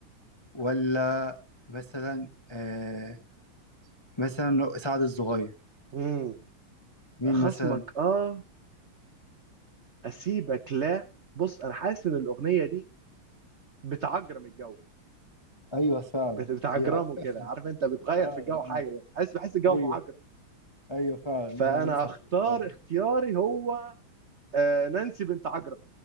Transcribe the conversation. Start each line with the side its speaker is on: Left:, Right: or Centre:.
Left: ولا مثلا آه مثلا سعد الصغير
Right: امم
Left: مين
Right: خصمك
Left: مثلا
Right: اه اسيبك لا بص انا حاسس ان الاغنيه دي بتعجرم الجو
Left: ايوه فعلا
Right: بت- بتعجرمه
Left: هي <laughs>
Right: كده عارف انت بتغير
Left: فعلا
Right: في الجو حاجه
Left: اه
Right: بتحس بحس الجو
Left: ايوه
Right: معجرم
Left: ايوه فعلا
Right: فانا
Left: هي نانسي
Right: هختار
Left: عجرم
Right: اختياري هو آه، نانسي بنت عجرم